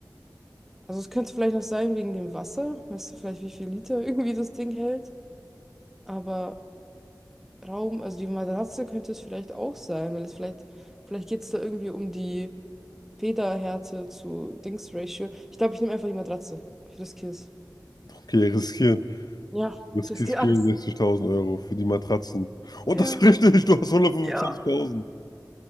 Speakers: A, in the centre; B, on the left (about 60°).
A: Also es könnte vielleicht noch sein wegen dem Wasser. Weißt du vielleicht, wie viel Liter <laughs> irgendwie das Ding hält? Aber Raum, also die Matratze könnte es vielleicht auch sein, weil es vielleicht, vielleicht geht es da irgendwie um die. Federhärte zu Dings-Ratio. Ich glaube, ich nehme einfach die Matratze. Ich riskiere es.
B: Okay, riskieren.
A: Ja,
B: Du riskierst
A: ich riskiere
B: 64.000
A: alles.
B: Euro für die Matratzen. Und
A: Ja.
B: das ist richtig, du hast hundertfünfundzwanzigtausend.
A: Ja.